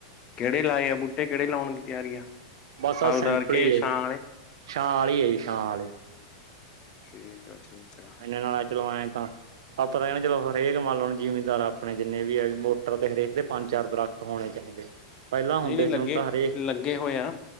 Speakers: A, on the left; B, on the right.
A: ਕੇੜੇ ਲਾਏ ਆ ਬੂਟੇ ਕੇੜੇ ਲੌਨ ਦੀ ਤਿਆਰੀ ਆ।
B: ਬਸ ਐ
A: ਹਲਦਾਰ
B: ਸੈਂਪਲ
A: ਕੇ
B: ਈ ਐਛਾਂ
A: ਛਾਂ ਵਾਲੇ
B: ਆਲੀ ਐ ਜੀ ਛਾਂ ਆਲੇ।
A: ਠੀਕ ਐ-ਠੀਕ ਐ।
B: ਏਨੇ ਨਾਲ ਐ ਚਲੋ ਐ ਤਾਂ ਆਪਾਂ ਤਾਂ ਐ ਕੈਨੇ ਆਂ ਚਲੋ ਹਰੇਕ ਮੰਨ ਲੋ ਜਿਮੀਦਾਰ ਐ ਆਪਨੇ ਜਿੰਨੇ ਵੀ ਐ ਵੀ ਮੋਟਰ ਤੇ ਹਰੇਕ ਦੇ ਪੰਜ ਚਾਰ ਦਰੱਖ ਤਾ ਹੋਨੇ ਚਹੀਦੇ ਨੇ ਪੈਲਾਂ ਹੁੰਦੇ
A: ਨਹੀਂ ਨਹੀਂ
B: ਸੀ
A: ਲੱਗੇ
B: ਹੁਨ ਤਾਂ ਹਰੇਕ
A: ਲੱਗੇ ਹੋਏ ਆ